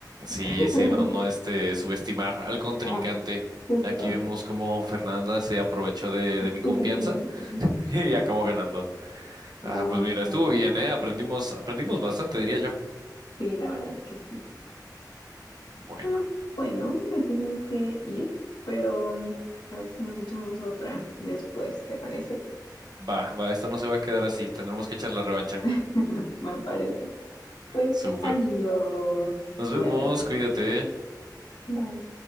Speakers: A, on the right; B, on the left.
A: Sí,
B: <laughs>
A: sí, no, no este, subestimar al contrincante.
B: Ah, justo.
A: Aquí vemos cómo Fernanda se aprovechó de, de mi
B: <laughs>
A: confianza <laughs> y acabó ganando. Ah,
B: No,
A: pues mira,
B: no,
A: estuvo bien, ¿eh? Aprendimos, aprendimos bastante, diría yo.
B: sí, la verdad es que sí.
A: Bueno,
B: Pero bueno, me tengo que ir, pero a ver si nos echamos otra después, ¿te parece?
A: va, va, esto no se va a quedar así. Tendremos que echar la revancha.
B: <laughs> Me parece. Pues
A: Súper.
B: adiós.
A: Nos
B: Cuídate.
A: vemos, cuídate.
B: Bye.